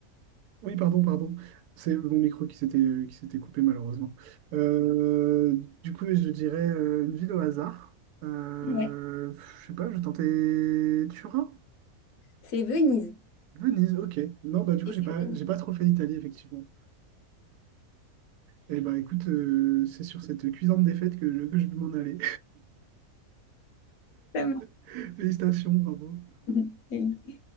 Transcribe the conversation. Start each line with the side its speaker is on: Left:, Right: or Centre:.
Right: Oui, pardon, pardon. C'est mon micro qui s'était qui s'était coupé, malheureusement. Euh, du coup, je dirais euh, une ville au hasard. Euh,
Left: Ouais.
Right: je sais pas, je tentais Turin?
Left: C'est Venise.
Right: Venise, ok. Non, bah du
Left: Et
Right: coup, j'ai pas,
Left: c'est Venise.
Right: j'ai pas trop fait l'Italie, effectivement. Eh ben écoute, euh, c'est sur cette cuisante défaite que, que je vais m'en aller.
Left: Vraiment.
Right: <laughs> Félicitations, bravo.
Left: <laughs>